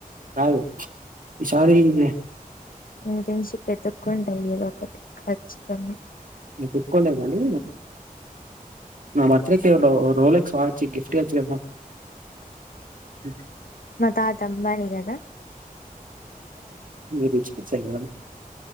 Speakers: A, on the right; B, on the left.
A: కాదు ఈ సారి వే
B: ఇంటర్న్షిప్ వెతుక్కుంట ఏదో ఒకటి ఖచ్చితం
A: నే తిప్పుకోలేదనీ నా బర్త్ డే కే రొ రోలె క్స్ వాచ్ గిఫ్ట్ ఇయొచ్చు కదా హ్మ్
B: మా తాత అంబానీ కదా
A: పిచ్చి పిచ్చి ఐడియాలు